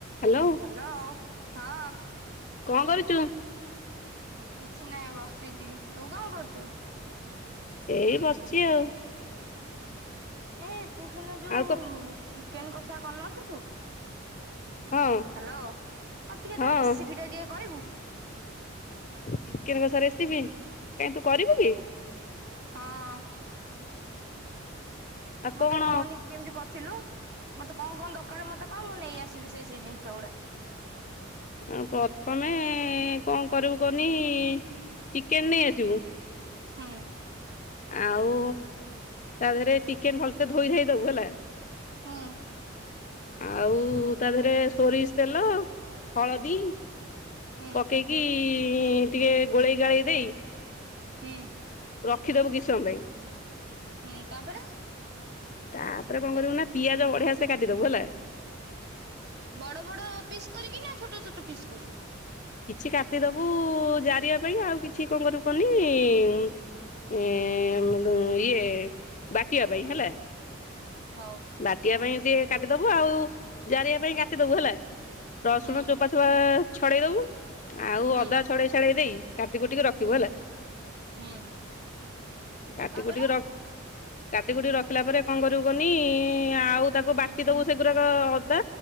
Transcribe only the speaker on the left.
ହାଲୋ।
କଣ କରୁଚୁ?
ଏଇ ବସଚି ଆଉ।
ଆଉ କ
ହଁ
ହଁ
ଚିକେନ କଷା ରେସିପି କାହିଁ ତୁ କରିବୁ କି?
ଆଉ
କଣ
ଆ ପଥମେ କଣ କରିବୁ କଅନି ଚିକେନ ନେଇ ଆସିବୁ।
ଆଉ ତା ଦେହରେ ଚିକେନ ଭଲସେ ଧୋଇଧାଇ ଦବୁ ହେଲା।
ଆଉ ତା ଦେହରେ ସୋରିଷ ତେଲ ହଳଦୀ
ପକେଇକି ଟିକେ ଗୋଳେଇ ଗାଳେଇ ଦେଇ
ରଖିଦବୁ କିଛି ସମୟ ପାଇଁ।
ତାପରେ କଣ କରିବୁ ନା ପିଆଜ ବଢିଆ ସେ କାଟିଦବୁ ହେଲା।
କିଛି କାଟିଦବୁ ଜାରିବା ପାଇଁ ଆଉ କିଛି କଣ କରିବୁ କହନି ଏଁ ଇଏ ବାଟିବା ପାଇଁ ହେଲା।
ବାଟିବା ପାଇଁ ଟିକେ କାଟିଦବୁ ଆଉ ଜାରିବା ପାଇଁ କାଟିଦବୁ ହେଲା। ରସୁଣ
ଚୋପା ଛୋପା ଛଡ଼େଇ ଦବୁ ଆଉ
ଅଦା ଛଡ଼େଇ ଛାଡ଼େଇ ଦେଇ କାଟିକୁଟି କି ରଖିବୁ
ହେଲା
କାଟି
କୁଟି କି ରଖ କାଟିକୁଟି ରଖିଲା ପରେ କଣ କରିବୁ କନି ଆଉ ତାକୁ
ବାଟି ଦବୁ ସେଗୁରାକ ଅଦା